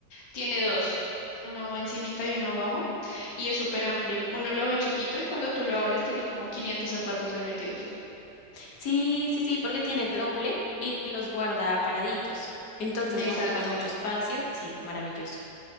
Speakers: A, on the left (about 80°); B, on the left (about 65°).
A: tiene dos, uno encimita y uno abajo, y es súper amplio. Uno lo ve chiquito y cuando tú lo abres tiene como quinientos zapatos ahí metidos.
B: Sí, sí, sí, porque tiene doble y los guarda paraditos. Entonces
A: Exacto,
B: no ocupan mucho espacio. y Sí, maravilloso.